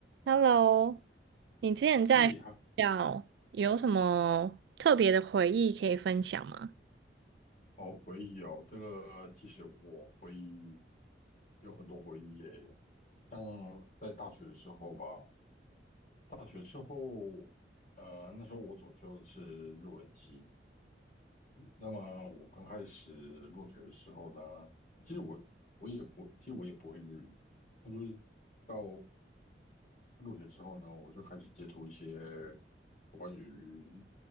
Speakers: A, on the right (about 65°); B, on the left (about 45°).
A: Hello，你之前在学校有什么特别的回忆可以分享吗？
B: 哎，还好回忆哦。这个其实我回忆有很多回忆耶，像在大学的时候吧，大学之后，呃，那时候我主修的是日文系。那么我刚开始入学的时候呢，其实我我也不，其实我也不会日语。那就是到入学之后呢，我就开始接触一些关于